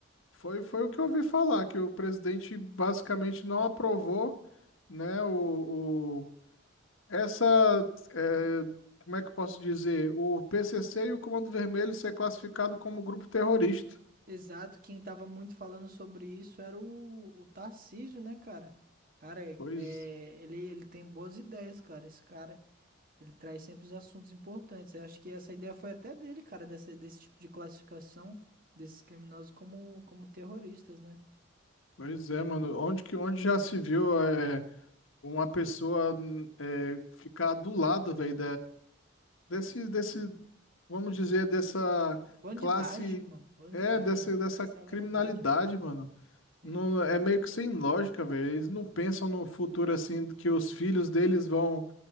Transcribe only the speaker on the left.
Foi, foi o que eu ouvi falar, que o presidente basicamente não aprovou, né, o, o- essa, é, como é que eu posso dizer, o PCC e o Comando Vermelho ser classificado como grupo terrorista.
Pois,
pois é, mano, onde que onde já se viu é, uma pessoa hum, é, ficar do lado, velho, desse, desse, vamos dizer, dessa
classe,
é, dessa,
dessa
criminalidade, mano.
Não, é meio que sem lógica, velho. Eles não pensam no futuro assim, que os filhos deles vão,